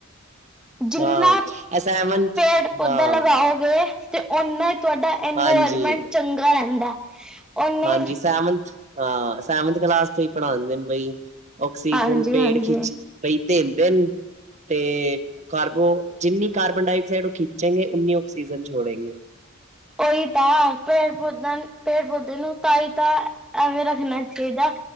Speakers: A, in the centre; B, on the right.
A: ਜਿੰਨਾ
B: ਹਾਂ ਇਹ ਸੈਵਨਥ
A: ਪੇੜ ਪੋਧਾ
B: ਹਾਂ
A: ਲਗਾਓਗੇ। ਤੇ ਓਨਾ ਹੀ ਤੁਹਾਡਾ ਇਨਵਾਇਰਮੈਂਟ
B: ਹਾਂਜੀ
A: ਚੰਗਾ ਰਹਿੰਦਾ। ਉਹਨੇ
B: ਹਾਂਜੀ ਸਹਿਮੰਤ ਅਹ। ਸੈਵਂਥ ਕਲਾਸ ਤੋਂ ਹੀ ਪੜ੍ਹਾਉਂਦੇ ਨੇ ਬਈ ਆਕਸੀਜਨ
A: ਹਾਂਜੀ-ਹਾਂਜੀ
B: ਪੇੜ ਖਿੱਚ ਬਈ ਦੇਂਦੇ ਹਨ। ਤੇ ਕਾਰਬੋ ਜਿੰਨੀ ਕਾਰਬਨ ਡਾਇਆਕਸਾਈਡ ਉਹ ਖਿੱਚੇਗੇ ਉਓਨੀ ਆਕਸੀਜਨ ਛੋੜੇਗੇ।
A: ਉਹੀ ਤਾਂ ਪੇੜ ਪੌਧਿਆਂ ਪੇੜ ਪੋਧੇ ਨੂੰ ਤਾਂ ਹੀ ਤਾਂ ਐਵੇਂ ਰੱਖਣਾ ਨਈ ਚਾਹੀਦਾ।